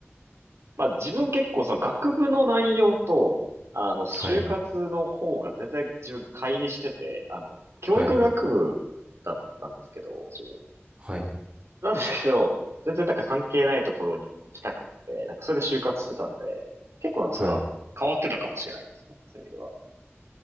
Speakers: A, on the right (about 70°); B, on the right (about 25°).
A: まあ自分結構その学部の内容と、あの、就活の方が全然自分乖離してて、
B: はい、
A: あの、教育学部だったんですけど、
B: はい、
A: 自分。
B: はい、
A: なんですけど、全然なんか関係ないところに行きたくって、なんかそれで就活してたんで、結構あの、
B: はい。
A: それは変わってたかもしれないですね、そういう意味では。